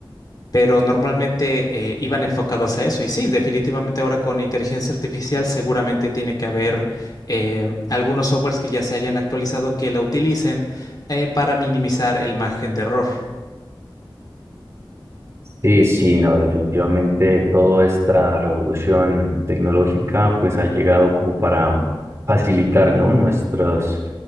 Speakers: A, on the left; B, on the right.
A: pero normalmente eh, iban enfocados a eso. Y sí, definitivamente ahora con inteligencia artificial seguramente tiene que haber eh, algunos softwares que ya se hayan actualizado que la utilicen eh, para minimizar el margen de error.
B: Sí, sí, no, definitivamente toda esta revolución tecnológica pues ha llegado como para facilitar, ¿no? Nuestras,